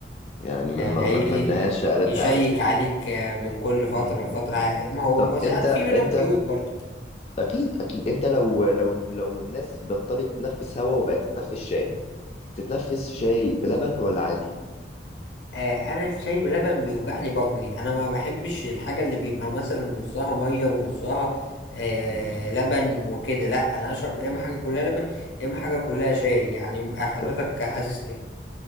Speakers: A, on the left; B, on the left.
A: يعني ما,
B: يعني
A: ما, ما
B: هيجي
A: اتمنهاش ارد
B: يشيك
A: اعدائي
B: عليك آه، من كل فترة
A: م-
B: لفترة
A: م- م.
B: ما هو
A: طب
B: ما هو ساعات
A: انت
B: في منهم
A: انت
B: كيوت برضه
A: اكيد اكيد انت لو لو لو الناس بطلت تنفس هوا وبقت تتنفس شاي تتنفس شاي بلبن ولا عادي
B: آه، انا الشاي بلبن بيوجع لي بطني انا ما بحبش الحاجه اللي بيبقى مثلا نصها ميه ونصها آه
A: م-
B: لبن وكده لا انا اشرب يا اما
A: م.
B: حاجه كلها لبن يا اما حاجه كلها شاي يعني حضرتك
A: تمام
B: حاسس ايه